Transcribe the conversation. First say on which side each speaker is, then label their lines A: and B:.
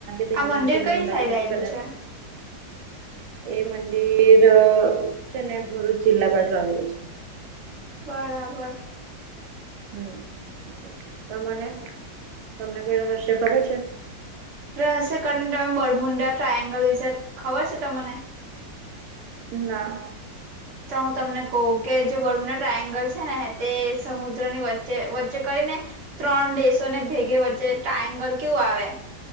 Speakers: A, on the right; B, on the right.
A: ત કેચેનેવું
B: આ મંદિર કઈ
A: લાગ
B: સાઈડ આવેલું
A: કદાયચ
B: છે
A: એ મંદિર અ છે ને ભરૂચ જિલ્લા બાજુ આવેલું છે.
B: બરાબર.
A: હમ તમને તમને કોઈ રહસ્ય ખબર છે.
B: રહસકરણને તમે બરમુંડા ટ્રાાયંગલ વિશે ખબર છે તમને
A: ના.
B: તો હું તમને કઉ કે જે બરૂુના ટ્રાયંગલ છે ને તે સમુદ્રની વચ્ચે વચ્ચે કરી ને ત્રણ દેશો ને ભેગે વચ્ચે ટ્રાયંગલ કેવું આવે.